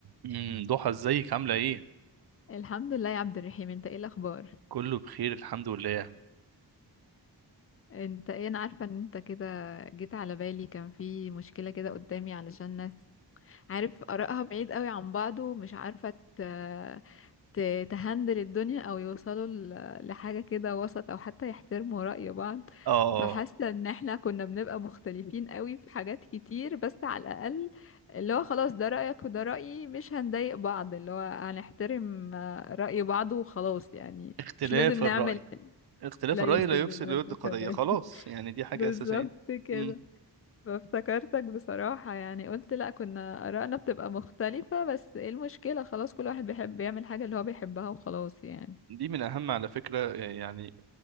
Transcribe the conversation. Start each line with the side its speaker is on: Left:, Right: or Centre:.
Right: امم ضحى ازيك عاملة ايه؟
Left: الحمد لله يا عبد الرحيم انت ايه الاخبار
Right: كله بخير الحمد لله
Left: انت ايه انا عارفه ان انت كده جيت على بالي كان في مشكله كده قدامي علشان ناس عارف ارائها بعيد قوي عن بعض ومش عارفه ت- ت- تهندل الدنيا او يوصلوا ل- لحاجه كده وسط او حتى يحترموا رأي بعض
Right: اه
Left: فحاسه ان احنا كنا بنبقى مختلفين قوي في حاجات كتير بس على الاقل اللي هو خلاص ده رأيك وده رأيي مش هنضايق بعض اللي هو هنحترم آه، رأي بعض وخلاص يعني
Right: اختلاف
Left: مش لازم نعمل
Right: الرأي اختلاف
Left: لا
Right: الرأي
Left: يفسد
Right: لا يفسد
Left: للود
Right: للود قضية
Left: قضية
Right: خلاص
Left: <laughs>
Right: يعني دي حاجة
Left: بالظبط
Right: أساسية
Left: كده
Right: امم
Left: فافتكرتك بصراحة يعني قلت لا كنا آرائنا بتبقى مختلفة بس ايه المشكلة خلاص كل واحد بيحب يعمل حاجة اللي هو بيحبها وخلاص يعني
Right: دي من أهم على فكرة يعني